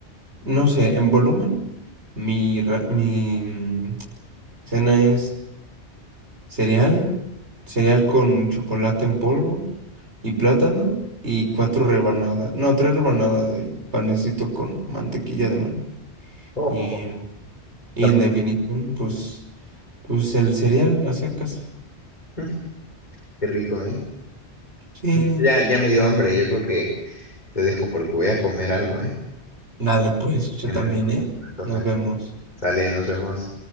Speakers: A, on the right; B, on the left.
A: no sé, en volumen, mi, ra- mi mm, cena es cereal, cereal con chocolate en polvo y plátano y cuatro rebanadas, no, tres rebanadas de panecito con mantequilla de maní.
B: Ojo.
A: Y, y
B: Está-
A: en definición, pues, pues el cereal a secas.
B: ujú, Qué rico, ¿eh?
A: Sí.
B: Ya, ya me dio hambre. Yo creo que te dejo porque voy a comer algo, ¿eh?
A: Dale, pues, yo
B: Me
A: también,
B: antoja,
A: ¿eh?
B: me antoja.
A: Nos vemos.
B: Sale, nos vemos.